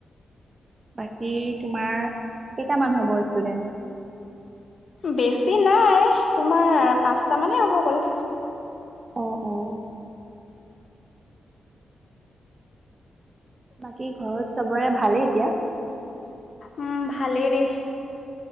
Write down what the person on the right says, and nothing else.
বাকী তোমাৰ কেইটামান হ'ব ষ্টুডেন্ট?
অ অ বাকী ঘৰত চবৰে ভালেই এতিয়া?